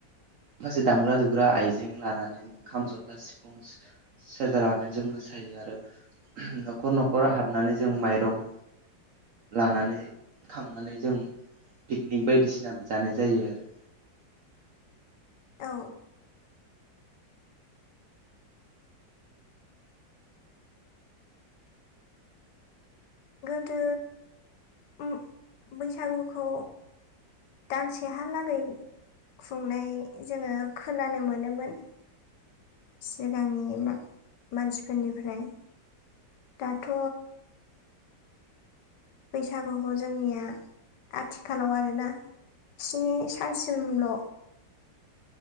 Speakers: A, on the right; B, on the left.
A: माखासे दामग्रा दुग्रा आइजें लानानै ओं खाम जथा सिफुं सेरजा लानानै जों मोसायो आरो न'खर न'खर हाबनानै जों माइरं लानानै खांनानै जों पिकनिक बायदिसिनाबो जानाय जायो आरो।
B: औ। गोदो उम बैसागुखौ दानसेहालागै खुंनाय जोङो खोनानो मोनोमोन। सिगांनि मा-मानसिफोरनिफ्राय। दाथ' बैसागुखौ जोंनिया आथिखालाव आरो ना स्नि सानसिमल'